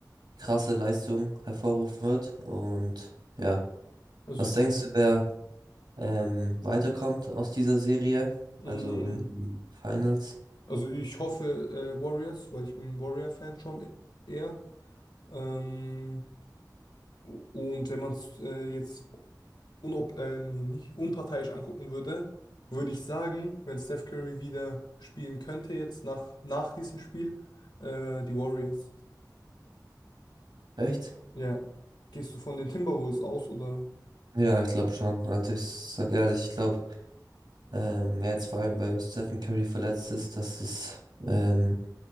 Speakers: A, on the right; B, on the left.
A: krasse Leistung hervorrufen wird. Und ja,
B: Also,
A: was denkst du, wer ähm, weiterkommt aus dieser Serie?
B: mh,
A: Also in die Finals?
B: also ich hoffe äh, Warriors, weil ich bin ein Warrior-Fan schon eher. Ähm, und wenn man es äh, jetzt unob äh, nee, nicht, unparteiisch angucken würde, würde ich sagen, wenn Steph Curry wieder spielen könnte jetzt nach, nach diesem Spiel, äh, die Warriors.
A: Echt?
B: Ja, gehst du von den Timberwolves aus oder
A: Ja, ich glaube schon. Also ich sag ehrlich, ich glaube, ähm, wer jetzt vor allem, weil Stephen Curry verletzt ist, dass es ähm,